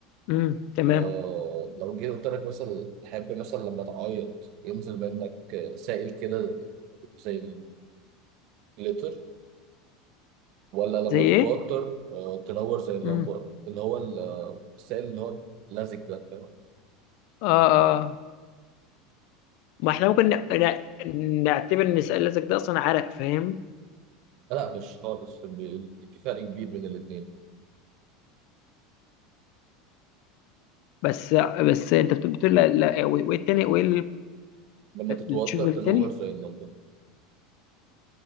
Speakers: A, on the left (about 60°); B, on the right (about 55°).
A: امم تمام
B: آه لو جيت قلت لك مثلا تحب مثلا لما تعيط ينزل منك آه، سائل كده زي الجليتر ولا لما
A: زي
B: تتوتر
A: ايه؟
B: آه تنور زي اللمبة
A: امم
B: اللي هو ال- السائل اللي هو لزج ده فاهم
A: اه اه ما احنا ممكن ن- ن- نعتبر ان سؤالك ده اصلا عرق فاهم
B: لا مش خالص بي- في فرق كبير بين الاتنين
A: بس بس انت بت- بتقول لا, لا وايه التاني وايه
B: لما تتوتر
A: التشوز التاني؟
B: تنور زي اللمبة